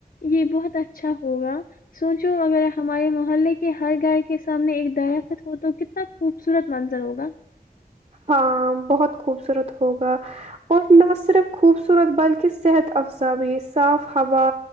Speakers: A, on the left; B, on the right.
A: یہ بہت اچھا ہوگا سوچو اگر ہمارے محلے کے ہر گھر کے سامنے ایک درخت ہو تو کتنا خوبصورت منظر ہوگا
B: ہاں بہت خوبصورت ہوگا اور نہ صرف خوبصورت بلکہ صحت افزا بھی صاف ہوا